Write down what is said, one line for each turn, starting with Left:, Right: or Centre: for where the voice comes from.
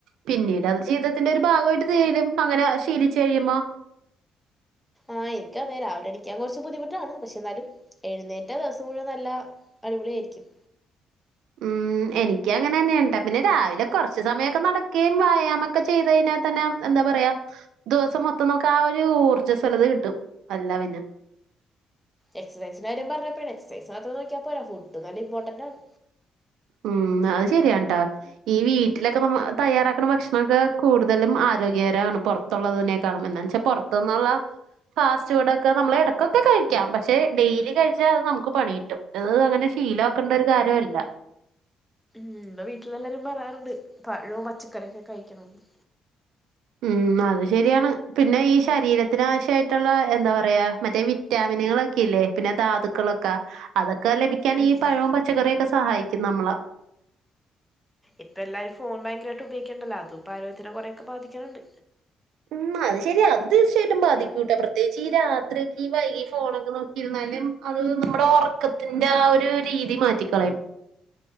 Right: പിന്നീട് അത് ജീവിതത്തിന്റെ ഒരു ഭാഗവായിട്ട് തീരും അങ്ങനെ ശീലിച്ചു കഴിയുമ്പോ
Centre: ആഹ് ഇൻക്ക് അതേ രാവിലെ എണീ ക്ക്യാൻ കൊർച്ച് ബുദ്ധിമുട്ടാണ് പക്ഷേ എന്നാലും എഴുന്നേറ്റാ ദിവസം മുഴുവൻ നല്ല അടിപൊളിയായിരിക്കും
Right: ഉം എനിക്ക് അങ്ങനെന്നെ ഏണ് ട്ടാ പിന്നെ രാവിലെ കൊറച്ച് സമയമൊക്കെ നടക്ക്യേം വ്യായാമൊക്കെ ചെയ്ത് കഴിഞ്ഞാ തന്നെ എന്താ പറയാ ദിവസം മൊത്തം നമുക്ക് ആ ഒരു ഊർജസ്വലത കിട്ടും അല്ല പിന്നെ
Centre: എക്സസൈസിന്റെ കാര്യം പറഞ്ഞപ്പഴാണ് എക്സസൈസ് മാത്രം നോക്കിയാൽ പോരാ ഫുഡും നല്ല ഇമ്പോർട്ടൻ്റാണ്
Right: ഉം അത് ശെരിയാണ്ട് ട്ടാ ഈ വീട്ടിലൊക്കെ നമ്മ തയ്യാറാക്ക്ണ ഭക്ഷണം ഒക്കെ കൂടുതലും ആരോഗ്യകരമാണ് പൊർ ത്തൊള്ളതിനെക്കാളും എന്താന്ന് വെച്ചാൽ പൊറത്ത്ന്നൊള്ളെ ഫാസ്റ്റ് ഫുഡ് ഒക്കെ നമ്മള് എടക്കൊക്കെ കഴിക്കാം പക്ഷെ ഡെയിലി കഴിച്ചാ അത് നമുക്ക് പണി കിട്ടും ഇത് അങ്ങനെ ശീലക്കണ്ട ഒരു കാര്യവല്ല
Centre: ഉം വ്ടെ വീട്ടിലെല്ലാരും പറയാറ്ണ്ട് പഴോം പച്ചക്കറിയൊക്കെ കഴിക്ക്യണം എന്ന്
Right: ഉം അത് ശരിയാണ് പിന്നെ ഈ ശരീരത്തിന് ആവശ്യായിട്ട്ള്ള എന്താ പറയാ മറ്റേ വി റ്റാമിനുകളൊക്കെ ഇല്ലേ പിന്നെ ധാതുക്കളൊക്കെ അതൊക്കെ ലഭിക്കാന്
Centre: ഉം
Right: ഈ പഴവും പച്ചക്കറിയൊക്കെ സഹായിക്കും നമ്മളെ
Centre: ഇപ്പൊ എല്ലാരും ഫോൺ ഭയങ്കരമായിട്ട് ഉപയോഗിക്ക്ണ്ടല്ലാ അതുംപ്പ ആരോഗ്യത്തിന് കൊറെയൊക്കെ ബാധിക്കണുണ്ട്
Right: ഉം അത് ശരിയാ അത് തീർച്ചയായിട്ടും ബാധിക്കൂട്ടാ പ്രത്യേകിച്ച് ഈ രാത്രിയൊക്കെ ഈ വൈകി ഫോണൊക്കെ നോ ക്കി ഇരുന്നാലും അത് നമ്മടെ ഒറക്കത്തിന്റെ ആ ഒരു രീതി മാറ്റിക്കളയും